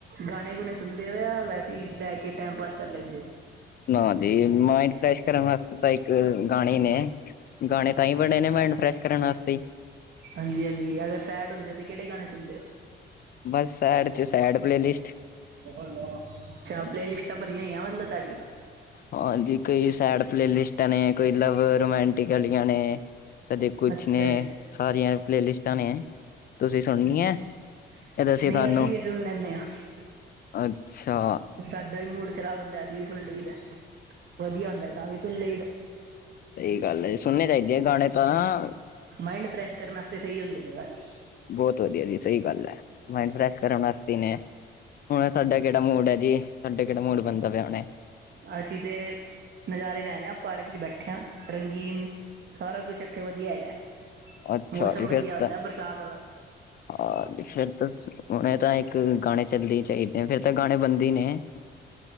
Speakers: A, on the right; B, on the left.
A: ਗਾਣੇ -ਗੁਣੇ ਸੁਣਦੇ ਓ, ਜਾ ਵੈਸੇ ਈ ਬੈ ਕੇ ਟਾਈਮ ਪਾਸ ਕਰ ਲੇਂਦੇ ਓ?
B: ਨਾ ਦੇ ਮਾਈਂਡ ਫ੍ਰੈਸ਼ ਕਰਨ ਵਾਸਤੇ ਤਾਂ ਇੱਕ ਗਾਣੇ ਈ ਨੇ। ਗਾਣੇ ਤਾਂ ਈ ਬਣੇ ਨੇ ਮਾਇੰਡ ਫਰੈਸ਼ ਕਰਨ ਵਾਸਤੇ।
A: ਹਾਂਜੀ -ਹਾਂਜੀ ਅਗਰ ਸੈਡ ਹੁੰਦੇ ਓ ਤੇ ਕੇੜੇ ਗਾਣੇ ਸੁਣਦੇ ਓ?
B: ਬਸ ਸੈਡ ਚ ਸੈਡ ਪਲੇਲਿਸਟ।
A: ਅੱਛਾ, ਪਲੇਲਿਸਟਾਂ ਭਰੀਆਂ ਹੋਈਆਂ ਮਤਲਬ ਤਾਡੀਆਂ?
B: ਹਾਂਜੀ ਕੋਈ ਸੈਡ ਪਲੇਲਿਸਟਾਂ ਨੇ, ਕੋਈ ਲਵ ਰੋਮਾਂਟਿਕ ਵਾਲੀਆਂ ਨੇ। ਕਦੇ ਕੁਛ
A: ਅੱਛਾ
B: ਨੇ
A: ਜੀ
B: ਸਾਰੀਆਂ ਪਲੇਲਿਸਟਾਂ ਨੇ। ਤੁਸੀਂ ਸੁਣਨੀ
A: ਅੱਛਾ
B: ਐ, ਤੇ ਦੱਸੀਏ
A: ਨਹੀਂ
B: ਤਾਨੂੰ?
A: ਅਸੀਂ ਵੀ ਸੁਣ ਲੈਂਦੇ ਹਾਂ
B: ਅੱਛਾ।
A: ਸਾਡਾ ਵੀ ਮੂਡ ਖਰਾਬ ਹੁੰਦਾ ਅਸੀਂ ਵੀ ਸੁਣ ਲਈਏ ਤਾ, ਵੱਧੀਆ ਹੁੰਦਾ ਤਾਂ ਵੀ ਸੁਣ ਲਈਦਾ।
B: ਸੲਈ ਗੱਲ ਐ ਜੀ, ਸੁਣਨੇ ਚਾਈਦੇ ਆ ਗਾਣੇ ਤਾਂ
A: ਮਾਇੰਡ ਫਰੈਸ਼ ਕਰਨ ਵਾਸਤੇ ਸਈ ਹੁੰਦੇ ਨੇ ਗਾਣੇ।
B: ਬੋਤ ਵੱਧੀਆ ਜੀ ਸਈ ਗੱਲ ਆ, ਮਾਇੰਡ ਫਰੈਸ਼ ਕਰਨ ਵਾਸਤੇ ਨੇ। ਹੁਣ ਤਾਡਾ ਕੇੜਾ ਮੂਡ ਆ ਜੀ, ਤਾਡਾ ਕੇੜਾ ਮੂਡ ਬਣਦਾ ਪੇਆ ਹੁਣੇ?
A: ਅਸੀਂ ਤੇ ਨਜ਼ਾਰੇ ਲੈ ਰਏ ਆ, ਪਾਰਕ ਚ ਬੈਠੇ ਆਂ, ਰੰਗੀਨ ਸਾਰਾ ਕੁਛ ਏਥੇ ਵੱਧੀਆ ਹੈਗਾ।
B: ਅੱਛਾ
A: ਮੌਸਮ
B: ਜੀ ਫਿਰ
A: ਵੱਧੀਆ ਹੁੰਦਾ
B: ਤਾਂ
A: ਬਰਸਾਤ ਵਾਲਾ।
B: ਹਾਂ ਬੀਸ਼ਰਤਸ ਹੁਣੇ ਤਾਂ ਇੱਕ ਗਾਣੇ ਚੱਲਦੇ ਚਾਈਦੇ, ਫੇਰ ਤਾਂ ਗਾਣੇ ਬਣਦੇ ਈ ਨੇ।